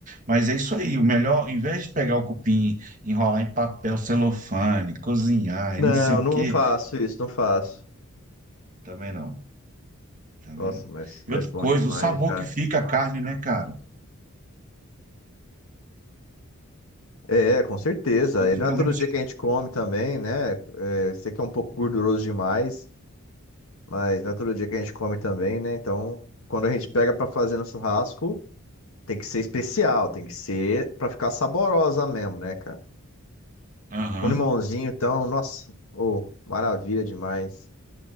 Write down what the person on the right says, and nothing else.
Mas é isso aí. O melhor, em vez de pegar o cupim, enrolar em papel celofane, cozinhar
e não sei o
quê,
também não. Também
não.
E
outra
coisa,
o sabor
que fica a carne, né, cara?
Ela
fica
muito.
Aham,